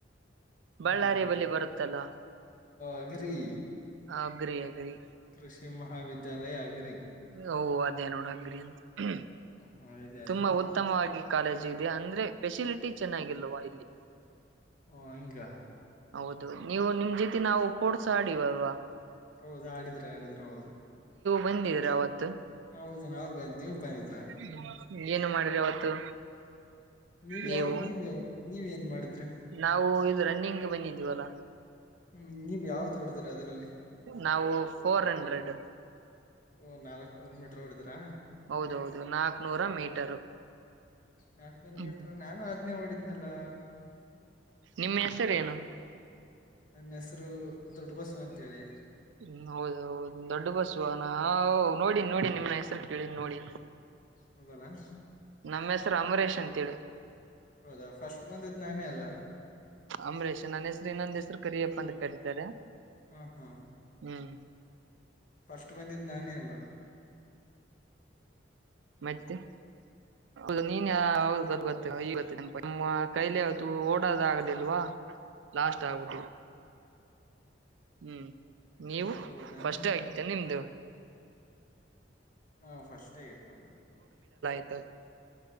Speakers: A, on the left; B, on the right.
A: ಹ್ಮ್
B: ಬಳ್ಳಾರಿಯ ಬಲಿ ಬರುತ್ತಲ್ಲ
A: ಅಗ್ರಿ
B: ಆ ಗ್ರಿ ಅಗ್ರಿ.
A: ಕೃಷಿ ಮಹಾವಿದ್ಯಾಲಯ ಆಗ್ರಿ.
B: ಓ ಅದೇ ನೋಡ ಅಗ್ರಿ ಅಂತ <unintelligible>
A: ಹ ಇದೇನು
B: ತುಂಬಾ ಉತ್ತಮವಾಗಿ. ಕಾಲೇಜ್ ಇಯ್ದಾ ಅಂದ್ರೆ ಫೆಸಿಲಿಟಿ ಚೆನ್ನಾಗಿಲ್ವಾ ಇಲ್ಲಿ.
A: ಓ ಹಂಗಾ.
B: ಹೌದು ನೀವು ನಿಮ್ ಜೊತಿ ನಾವು ಪೋಡ್ಸ್ ಆಡೀವ್ ಅಲ್ವಾ?
A: ಹೌದು ಆಡಿದಿರಾ ಆಡಿದೀರ ಹೌದು.
B: ಬಂದಿದ್ರ ಅವತ್ತು?
A: ಹೌದು ನಾವು ಬಂದ್ ನೀವ್ ಬಂದಿದ್ರ
B: ಹ್ಮ್ ಏನು ಮಾಡಿರಿ ಅವತ್ತು
A: ನೀವ್
B: ನೀವು?
A: ಯಾವ ನೀವ್ ಯಾವ ನೀವ್ ಏನ್ ಮಾಡಿದ್ರೆ
B: ನಾವು ಇದು ರನ್ನಿಂಗ್ ಬಂದಿದ್ವಲ್ಲ
A: ಹ್ಮ್ ನೀವ ಯಾವ್ದ ಓಡುದ್ ದ್ರಿ ಅದ್ರಲ್ಲಿ
B: ನಾವು ಫೋರ್ ಹಂಡ್ರೆಡ್
A: ಹೂಂ ನಾಲಕ್ ನೂರ್ ಮೀಟರ್ ಓಡಿದ್ರ? ತ
B: ಹೌದೌದು ನಾಕ್ನೂರ ಮೀಟರು
A: ನಾಕ್ನೂರ್
B: ಹ್ಮ್
A: ಮೀಟ್ರು ನಾನು ಆದ್ನೇ ಓಡಿದ್ನಲ್ಲಾ
B: ನಿಮ್ಮ ಹೆಸರೇನು
A: ನನ್ ಹೆಸರು ದೊಡ್ ಬಸ್ ತು ಅಂತೇಳಿ.
B: ಹ್ಮ್ ಹೌದ್ ಹೌದು ದೊಡ್ಡ ಬಸ್ವನ ಅ ಓ ನೋಡಿನ್ ನೋಡಿನ್ ನಿಮ್ನ ಹೆಸರು ಕೇಳಿನ್ ನೋಡಿನ್
A: ಹೌದಲ್ಲಾ?
B: ನಮ್ ಹೆಸರು ಅಂಬರೀಷ್ ಅಂತೇಳಿ.
A: ಹೌದಾ ಫಸ್ಟ್ ಬಂದಿದ್ ನಾನೇ ಅಲ್ಲ
B: ಅಂಬರೀಷ ನನ್ ಹೆಸ್ ರ್ ಇನ್ನೊಂದ್ ಹೆಸರು ಕರಿಯಪ್ಪ ಅಂತ ಕರೀತಾರೆ.
A: ಹಾಂ ಹಾಂ
B: ಹ್ಮ್
A: ಫಸ್ಟ್ ಬಂದಿದ್ ನಾನೇ ಅಲ್ವಾ?
B: ಮತ್ತೆ, ಹೌದು ನೀನ್ ಯಾವ್ ಹೌದ್ ಗೊತ್ ಗೊತ್ತು ಈಗ್ ಗೊತ್ತು ನೆನ್ಪ್ ಆಯ್ತು ನಿಮ್ಮ ಕೈಲಿ ಆವತು ಓಡದ ಆಗಲಿಲ್ವಾ ಲಾಸ್ಟ್ ಆಗ್ಬಿಟ್ವಿ. ಹ್ಮ್
A: ಹ್ಮ್
B: ನೀವು?
A: ಹೌದೇನಾ
B: ಫರ್ಸ್ಟೇ ಆಗಿತ್ತೇನ್ ನಿಮ್ದು?
A: ಹಾಂ ಫಸ್ಟೆ ಆಯತ್ ನಮ್ಮದು.
B: ತ